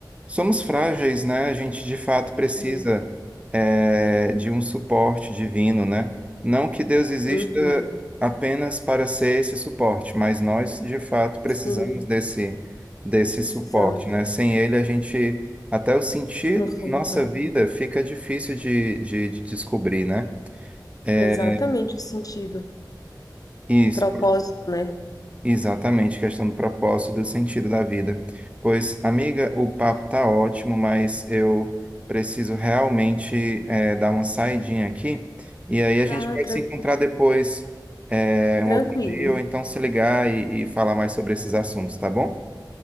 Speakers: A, on the right (about 15°); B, on the left (about 50°).
A: Somos frágeis, né? A gente de fato precisa
B: Sim,
A: eh, de um suporte divino, né? Não que Deus exista
B: uhum,
A: apenas para ser esse suporte, mas nós de fato precisamos
B: sim,
A: desse, desse
B: precisamos.
A: suporte, né? Sem ele, a gente, até o sentido
B: Não somos
A: da nossa
B: nada.
A: vida fica difícil de, de, de descobrir, né? É,
B: Exatamente o sentido,
A: Isso.
B: o propósito, né?
A: Exatamente, questão do propósito e do sentido da vida. Pois, amiga, o papo tá ótimo, mas eu preciso realmente eh, dar uma saidinha aqui. E aí a gente
B: Ah,
A: pode
B: tranquilo,
A: se encontrar depois, eh, um
B: tranquilo.
A: outro dia, ou então se ligar e, e falar mais sobre esses assuntos, tá bom?